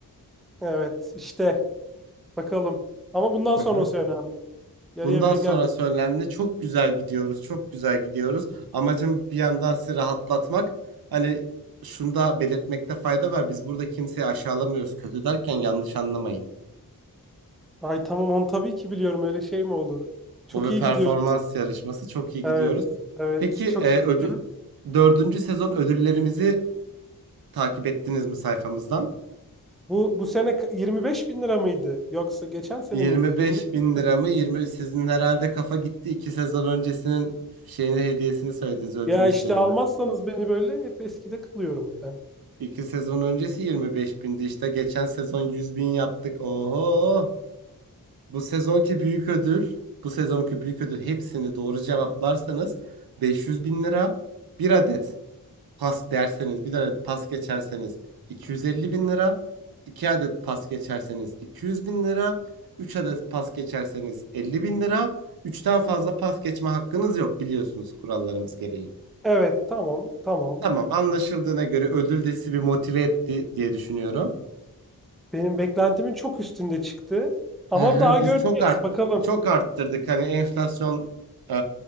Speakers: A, in the centre; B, on the right.
A: evet. İşte bakalım. Ama bundan
B: Hı
A: sonrası
B: hı.
A: önemli. Yarıya
B: Bundan
A: bile
B: sonrası
A: gelmedi.
B: önemli. Çok güzel gidiyoruz. Çok güzel gidiyoruz. Amacım bir yandan sizi rahatlatmak. Hani şunu da belirtmekte fayda var. Biz burada kimseyi aşağılamıyoruz. Kötü derken yanlış anlamayın.
A: Ay tamam onu tabii ki biliyorum. Öyle şey mi olur? Çok
B: Bu bir
A: iyi
B: performans
A: gidiyor.
B: yarışması. Çok iyi gidiyoruz.
A: Evet, evet.
B: Peki
A: Çok
B: e,
A: iyi
B: ödü-
A: giderim.
B: dördüncü sezon ödüllerimizi takip ettiniz mi sayfamızdan?
A: Bu bu sene k- 25 bin lira mıydı? Yoksa geçen sene
B: Yirmi
A: miydi? 25
B: beş bin lira
A: bin lira.
B: mı? 20 sizin herhalde kafa gitti. iki sezon öncesinin şeyini hediyesini söylediniz, ödülünü
A: Ya işte
B: söylediniz.
A: almazsanız beni böyle hep eskide kalıyorum ben.
B: İki sezon öncesi 25 bindi işte. Geçen sezon 100 bin yaptık. Oho! Bu sezonki büyük ödül, bu sezonki büyük ödül hepsini doğru cevaplarsanız 500 bin lira bir adet pas derseniz bir adet pas geçerseniz 250 bin lira 2 adet pas geçerseniz 200 bin lira 3 adet pas geçerseniz 50 bin lira Üçten fazla pas geçme hakkınız yok biliyorsunuz kurallarımız gereği.
A: Evet, tamam, tamam.
B: Tamam anlaşıldığına göre ödül de sizi bir motive etti diye düşünüyorum.
A: Benim beklentimin çok üstünde çıktı. Ama
B: Hı hı,
A: daha
B: Biz
A: göreceğiz.
B: çok art
A: Bakalım.
B: çok arttırdık hani enflasyon e,